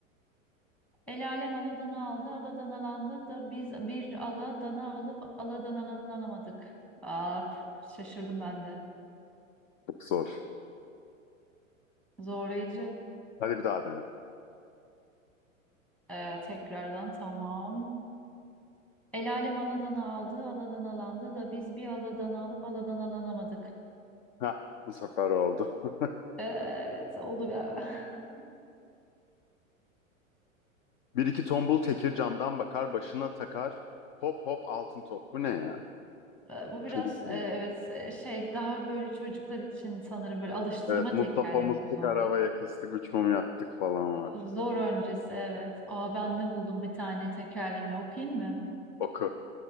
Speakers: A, in the centre; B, on the left (about 40°).
A: El alem aladanı aldı, aladan alandı da biz bir aladana alıp aladan alanı alamadık. Aa, p- şaşırdım ben de.
B: Çok zor.
A: Zorlayıcı.
B: Hadi bir daha dene.
A: Ee, tekrardan tamam. El alem aladanı aldı, aladan alandı da biz bir aladanı alıp aladan alanamadık.
B: Heh, bu sefer oldu. <laughs>
A: Ee, evet oldu galiba. <laughs>
B: Bir iki tombul tekir camdan bakar, başına takar. Hop hop altın top. Bu ne ya?
A: Ee, Bu biraz
B: Çocuk
A: e,
B: bilgileri.
A: evet e, şey daha böyle çocuklar için sanırım böyle alıştırma
B: Evet, Mustafa
A: tekerleme
B: mıstık
A: zorlu
B: arabaya kıstık, üç mum yaktık falan var.
A: Zor öncesi evet. Aa ben ne buldum bir tane tekerleme okuyayım mı?
B: Oku.